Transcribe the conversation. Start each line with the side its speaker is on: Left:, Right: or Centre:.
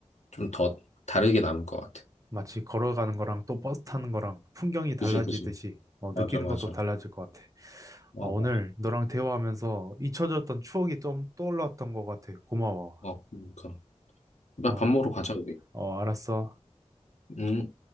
Left: 좀 더 다르게 남을 것 같아.
Right: 마치 걸어가는 거랑 또 버스 타는 거랑 풍경이 달라지듯이
Left: 그지, 그지.
Right: 어,
Left: 맞아,
Right: 느끼는
Left: 맞아.
Right: 것도 달라질 것 같아.
Left: 어,
Right: 어, 오늘
Left: 맞아.
Right: 너랑 대화하면서 잊혀졌던 추억이 좀 떠올랐던 것 같아. 고마워.
Left: 어, 그러니까. 나
Right: 어,
Left: 밥 먹으러 가자, 우리.
Right: 어, 알았어.
Left: 응.